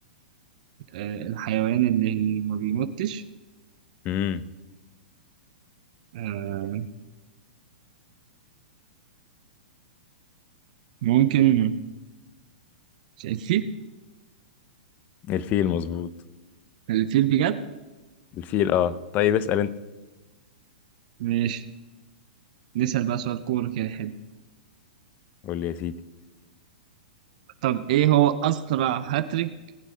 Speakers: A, on the right; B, on the left.
A: آه، الحيوان اللي ما بيموتش
B: امم
A: آه، ممكن الفيل
B: الفيل مظبوط
A: الفيل بجد
B: الفيل اه طيب اسأل انت
A: ماشي نسأل بقى سؤال كورة كده حلو
B: قول لي يا سيدي
A: طب ايه هو أسرع هاتريك